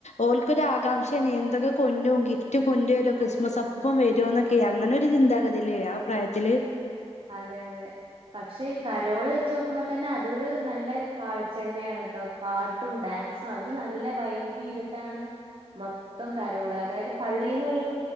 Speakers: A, on the left; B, on the right.
A: ഓൾക്കൊരു ആകാംക്ഷയാണ് എന്തൊക്കെ കൊണ്ടും ഗിഫ്റ്റ് കൊണ്ട വരു ക്രിസ്മസ് അപ്പൂപ്പൻ വരുമോക്കെ അങ്ങനെ ഒരു ചിന്താഗതിയല്ലേ ആഹ് പ്രായത്തില്
B: അതെ അതെ പക്ഷേ ഈ കരോള് വെച്ച് നോക്കുമ്പോൾ തന്നെ അതൊരു നല്ല കാഴ്ച തന്നെയാണ് കേട്ടോ പാട്ടും ഡാൻസും അവര് നല്ല വൈബ് ചെയ്തിട്ടാണ് മൊത്തം കരോൾ അതായത് പള്ളീന്ന് ഒരു